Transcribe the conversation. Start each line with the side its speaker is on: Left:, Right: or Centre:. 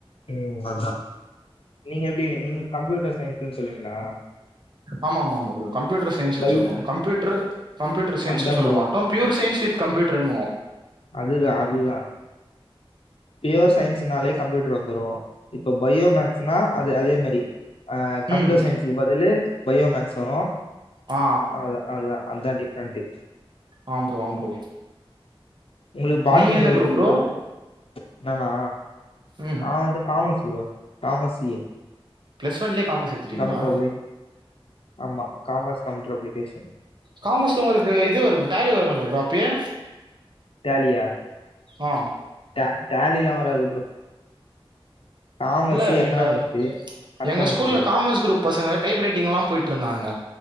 Left: ம் அதா நீங்க எப்டி நீங்க கம்ப்யூட்டர் சயின்ஸ்ன்னு சொல்லீங்ளா
Right: ஆமா ஆமா ஆமா பௌ்ரோ கம்ப்யூட்டர் சயின்ஸ்ன்னு
Left: பை
Right: சொல்லுவோ கம்ப்யூட்ரு கம்ப்யூட்டர் சயின்ஸ்ன்னு
Left: அதான்
Right: சொல்ல மாட்டோ பியூர் சயின்ஸ் வித் கம்ப்யூட்டர்ன்வோ
Left: அதுதா அதுதா பியோர் சயின்ஸ்னாலே கம்ப்யூட்டர் வந்துரு இப்ப பயோ மேக்ஸ்ன்னா அது அதே மாரி கம்ப்யூட்டர்
Right: ம்
Left: சயின்ஸுக்கு பதிலு பயோ மேக்ஸ் வரு
Right: ஆ
Left: அதா அதா அதுதா டிஃப்ரெண்ட்டு
Right: ஆ ப்ரோ ஆ ப்ரோ
Left: உங்களுக் பாட்னி
Right: நீங்க எந்த
Left: ஜுவாலஜிக்
Right: குரூப் ப்ரோ
Left: பதில் நானா
Right: ம்
Left: நா வந்து காமஸ் ப்ரோ காமஸ் ஏ
Right: பிளஸ் ஒன்லயே காமர்ஸ் எடுத்துட்டீங்களா
Left: கம்பியூட்டர் அப்பிளிக் ஆமா காமஸ் கம்பியூட்டர் அப்ளிகேஷன்
Right: காமஸ்ல உங்களுக்கு இது வரு டேலி வருல ப்ரோ அப்பயே
Left: டேலியா
Right: ஆ
Left: ட டேலிலா வராது ப்ரோ காமர்ஸ்
Right: இல்ல
Left: எக்கனாமிக்ஸ்
Right: எங்க
Left: அக்கௌண்ட்ஸ்
Right: எங்க ஸ்கூல்ல காமஸ் குரூப் பசங்க டைப் ரைட்டிங் எலா போயிட்டு இருந்தாங்க